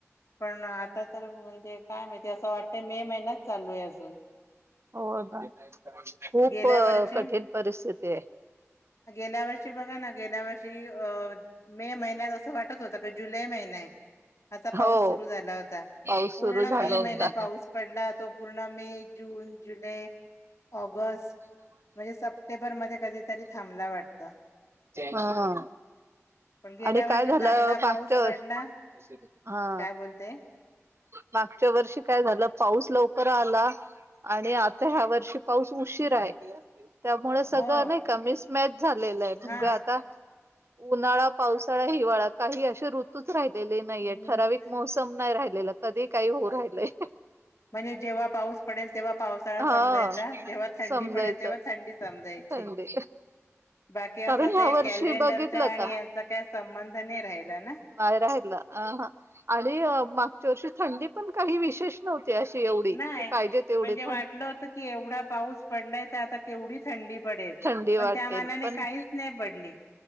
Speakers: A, on the left; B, on the right.
A: पण आता म्हणजे काय माहिती असं वाटत मे महिना्यात चालू आहे अजून
B: हो
A: गेल्या
B: खूप
A: वर्षी
B: कठीण परिस्थिती आहे
A: गेल्या वर्षी बघा ना गेल्या वर्षी अ मे महिन्यात असं वाटत होत का जुलै महिनाय असा पाऊस
B: हो
A: सुरु झाला होता.
B: पाऊस
A: पूर्ण
B: सुरू झाला
A: मे महिना
B: होता.
A: पाऊस पडला तो पूर्ण मे, जून, जुलै ऑगस्ट म्हणजे सप्टेंबरमध्ये कधीतरी थांबला वाटतं.
B: हा.
A: पण गेल्या
B: आणि
A: वर्षी
B: काय झालं
A: चांगला
B: मागच्या
A: पाऊस पडला
B: वर्षी हा.
A: काय बोलते
B: मागच्या वर्षी काय झालं पाऊस लव कर आला आणि आता ह्या वर्षी पाऊस उशीराय. त्यामुळे सगळं
A: हो
B: नाही का मिसमॅच झालेलंय म्हणजे
A: हा
B: आता उन्हाळा, पावसाळा, हिवाळ्यात काही अशी ऋतूच राहिलेली नाहीये
A: नाही
B: ठराविक मोसम नाही राहिलेलं कधी काही होऊ राहिलंय.
A: म्हणजे जेव्हा पाऊस पडेल तेव्हा पावसाळा
B: हा
A: समजायचा, जेव्हा थंडी
B: समजायचं
A: पडेल तेव्हा थंडी समजायची.
B: थंडी
A: बाकी असं
B: कारण ह्या
A: ते
B: वर्षी
A: कॅलेंडरच्या
B: बघितलं
A: आणि
B: का
A: यांचा काय संबंध नाही राहिला ना.
B: नाहीय राहिला अह आणि मागच्या वर्षी थंडीत पण काही विशेष नव्हती अशी एवढी
A: नाही
B: की पाहिजे तेवढेचं
A: म्हणजे वाटलं होत की एवढा पाऊस पडलाय त आता केवढी थ थंडी पडेल
B: थंडी
A: पण
B: वाटेल
A: त्या मानाने
B: पण
A: काहीच नाही पडली.